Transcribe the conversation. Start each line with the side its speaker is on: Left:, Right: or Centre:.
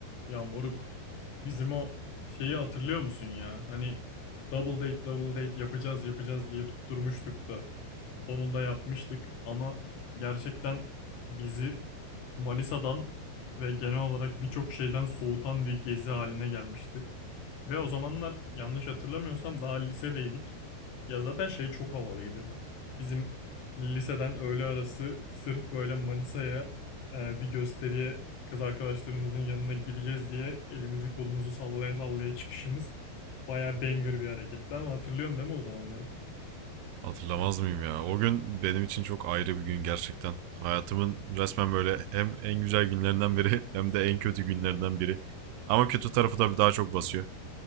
Left: Ya moruk, bizim o şeyi hatırlıyor musun ya? Hani double date double date yapacağız yapacağız diye tutturmuştuk da sonunda yapmıştık ama gerçekten bizi Manisa'dan ve genel olarak birçok şeyden soğutan bir gezi haline gelmişti. Ve o zamanlar yanlış hatırlamıyorsam daha lisedeydik. Ya zaten şey çok havalıydı. Bizim liseden öğle arası sırf böyle Manisa'ya e, bir gösteriye kız arkadaşlarımızın yanına gideceğiz diye elimizi kolumuzu sallaya sallaya çıkışımız bayağı banger bir hareketti ama hatırlıyorsun değil mi o zamanları?
Right: Hatırlamaz mıyım ya? O gün benim için çok ayrı bir gün gerçekten. Hayatımın resmen böyle hem en güzel günlerinden biri <laughs> hem de en kötü günlerinden biri. Ama kötü tarafı tabii daha çok basıyor.